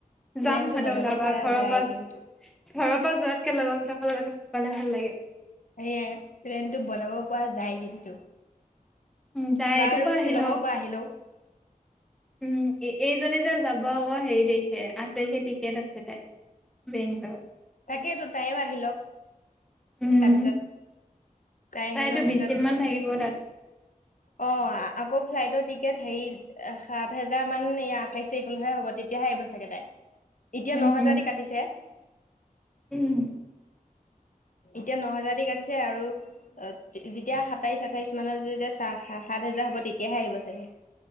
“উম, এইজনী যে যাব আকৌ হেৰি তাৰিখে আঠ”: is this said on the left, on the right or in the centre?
Centre